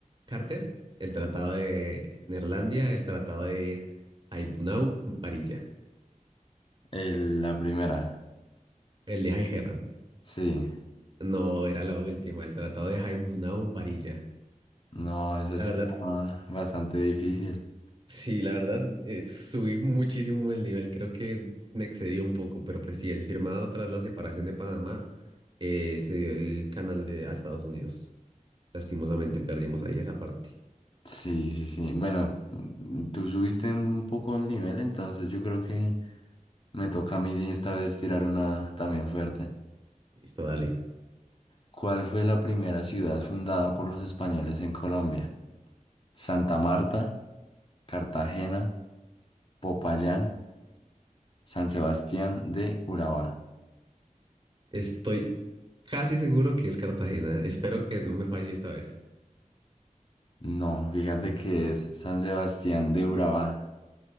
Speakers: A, on the right (about 35°); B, on the left (about 40°).
A: Carter, el tratado de Neerlandia, el tratado de Haibunau Varilla,
B: El- la primera,
A: el de High Herran.
B: sí.
A: No, era la última, el tratado de Haibunau Varilla.
B: No, esa
A: La
B: sí
A: verdad,
B: estaba bastante difícil.
A: Sí, la verdad, eh, subí muchísimo el nivel, creo que me excedió un poco, pero pues sí, el firmado tras la separación de Panamá eh, se dio el canal de, a Estados Unidos. Lastimosamente perdimos ahí esa parte.
B: Sí, sí, sí. Bueno, mm, tú subiste un poco el nivel, entonces yo creo que me toca a mí sí esta vez tirar una también fuerte.
A: Listo, dale.
B: ¿Cuál fue la primera ciudad fundada por los españoles en Colombia? Santa Marta, Cartagena, Popayán, San Sebastián de Urabá.
A: Estoy casi seguro que es Cartagena, espero que no me falle esta vez.
B: No, fíjate que es San Sebastián de Urabá.